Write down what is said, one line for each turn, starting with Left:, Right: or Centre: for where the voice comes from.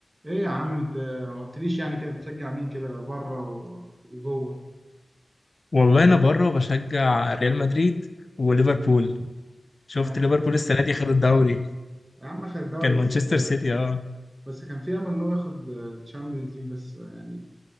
Right: ايه يا عم انت ما قلتليش يعني كده بتشجع مين كده بره و- وجوه
Left: والله انا بره بشجع ريال مدريد وليفربول شفت
Right: تمام
Left: ليفربول السنه دي خد الدوري
Right: يا عم اخد الدوري
Left: كان
Right: بس
Left: مانشستر سيتي اه
Right: بس كان في امل ان هو ياخد الشامبيونز ليج بس يعني